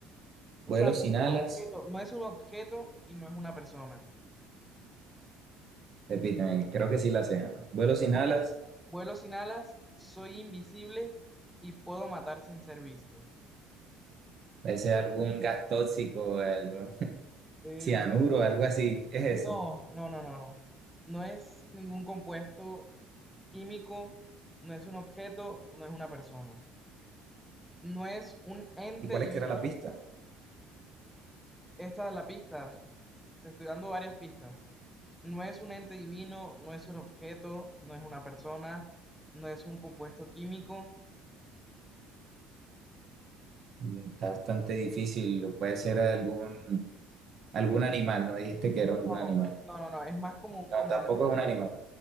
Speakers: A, in the centre; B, on the right.
A: O
B: Vuelo
A: sea, no
B: sin
A: es
B: alas.
A: un objeto, no es un objeto y no es una persona.
B: Repíteme, creo que sí la sé. ajá. Vuelo sin
A: Vu-
B: alas.
A: Vuelo sin alas, soy invisible y puedo matar sin ser visto.
B: Puede ser algún gas tóxico, algo,
A: Em,
B: cianuro, algo así. Es eso.
A: no, no, no, no, no. No es ningún compuesto químico, no es un objeto, no es una persona. No es un ente
B: ¿Y cuál
A: divino.
B: es que era la pista?
A: Esta es la pista. Te estoy dando varias pistas. No es un ente divino, no es un objeto, no es una persona, no es un compuesto químico.
B: Mm, Está bastante difícil. Puede ser algún, algún animal. No dijiste que era algún
A: No,
B: animal.
A: no, no, no. Es más como un
B: No,
A: concepto.
B: tampoco es un animal.